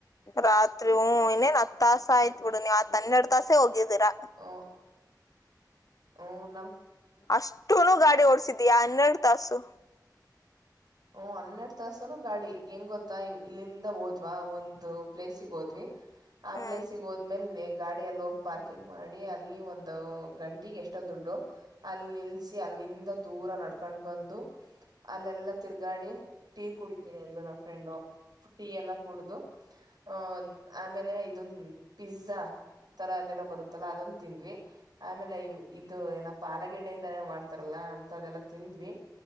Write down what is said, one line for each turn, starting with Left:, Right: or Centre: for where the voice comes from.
Left: ರಾತ್ರಿ ಹೂ ಇನ್ನೇನ್ ಹತ್ ತಾಸ ಆಯ್ತ್ ಬಿಡು ನೀವ್ ಆತ್ ಹನ್ನೆರಡು ತಾಸೆ ಹೋಗಿದ್ದೀರಾ
Right: ಹ ಹ ನ
Left: ಅಷ್ಟುನು ಗಾಡಿ ಓಡ್ಸಿದೀಯಾ ಹನ್ನೆರಡು ತಾಸು
Right: ಹ ಹನ್ನೆರಡ್ ತಾಸನು ಗಾಡಿ ಹೆಂಗ ಗೊತ್ತಾ ಇಲ್ಲಿಂದ ಓದ್ವಾ ಒಂದು ಪ್ಲೇಸಗ್ ಹೋದ್ವಿ ಆ
Left: ಹ್ಮ್
Right: ಪ್ಲೇಸಿಗೆ ಹೋದ್ಮೇಲೆ ಗಾಡಿ ಎಲ್ಲಿ ಹೋಗಿ ಪಾರ್ಕಿಂಗ್ ಮಾಡಿ ಅಲ್ಲಿ ಒಂದು ಗಂಟಿಗೆ ಎಷ್ಟೊಡ್ ದು ಅಲ್ಲಿ ನಿಲ್ಲಸಿ ಅಲ್ಲಿಂದ ದೂರ ನಡ್ಕೊಂಡ್ ಬಂದು ಅಲ್ಲೆಲ್ಲ ತಿರ್ಗ ಾಡಿ ಟೀ ಕುಡಿತೀನಿ ಎಲ್ ನಮ್ಮ ಫ್ರೆಂಡು ಟೀ ಎಲ್ಲ ಕುಡು ಅಹ ಆಮೇಲೆ ಇದೊನ್ ಪಿಜ್ಜಾ ತರ ಅದೇನೋ ಬರುತ್ತಲ್ಲಾ ಅದೊಂದು ತಿಂದ್ವಿ ಆಮೇಲೆ ಇದು ಏನ ಪಲಗಡ್ಡೆಯಿಂದ ಏನೋ ಮಾಡ್ತಾರಲ್ಲ ಲ್ಲ ಅಂತ ಅದೆಲ್ಲ ತಿಂದ್ವಿ